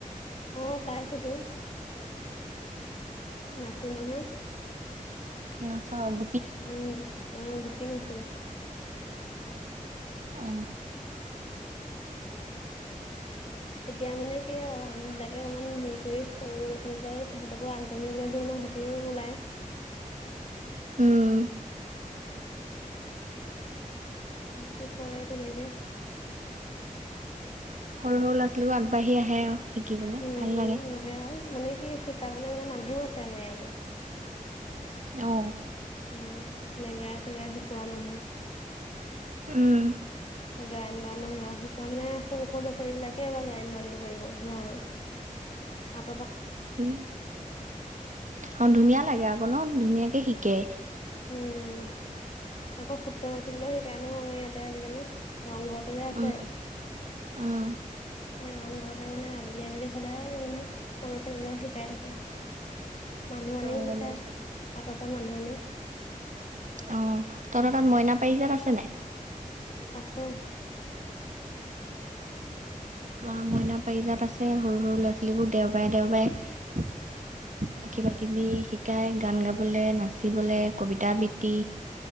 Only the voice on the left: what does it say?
অ পাইছো তো নাচো নহয়
উম অ গোপীন আছে।
এতিয়া মানে কি আৰু আম বিলাকে অকমান হেৰি কৰি সৰু ল'ৰা ছোৱালী বিলাকক তেহেতকো আগ্ৰহী ওলাই দিও ন সেতিও ওলাই।
সেতি কৰে তেনেকে
উম
উম
আহে আৰু মানে কি শিকাবলে মানে মানুহো আছে আমাৰ ইয়াতে।
অ নেগেৰা শিকোৱা মানুহ।
গায়ন বানৰ স শিকোৱা মানে সৰু সৰু ল'ৰা ছোৱালী বিলাকে এবাৰ গায়ন বানটো কৰিব ভাওনাত। আ
উম আকৌ সূত্ৰ নাচি বলেও সিকাই নহয় আমাৰ ইয়াতে আজিকালি। ৰংঘৰটো যে আছে।
ৰং ঘৰতে মানে আবেলি আবেলি সদায় মানে সৰুৰা ছোৱালী বিলাক শিকাই থাকে। মানুহ
আনিও শিকাই
হাতৰ পৰা মানুহ আনি
আছে। <inaudible>